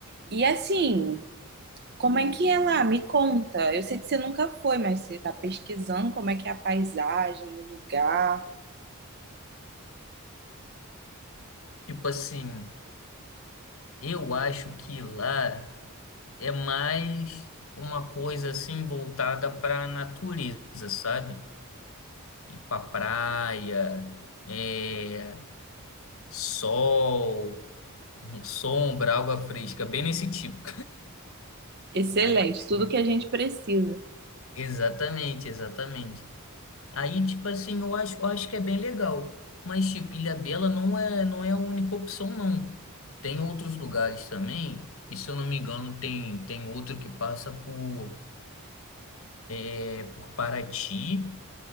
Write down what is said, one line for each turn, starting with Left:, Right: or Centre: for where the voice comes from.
Right: E assim, como é que é lá? Me conta. Eu sei que você nunca foi, mas você está pesquisando como é que é a paisagem, o lugar.
Left: Tipo assim, eu acho que lá é mais uma coisa assim voltada para a natureza, sabe? Ir para praia, é, sol, sombra, água fresca, bem nesse tipo.
Right: Excelente,
Left: <laughs> Mas
Right: tudo
Left: é,
Right: que a gente precisa.
Left: exatamente, exatamente. Aí, tipo assim, eu acho, eu acho que é bem legal. Mas, tipo, Ilhabela não é, não é a única opção, não. Tem outros lugares também. E se eu não me engano, tem, tem outro que passa por, é, por Paraty.